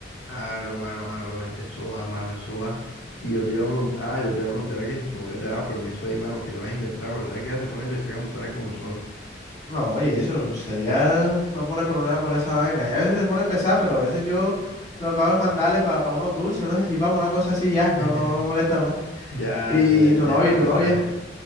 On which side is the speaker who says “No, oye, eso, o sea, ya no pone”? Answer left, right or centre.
Left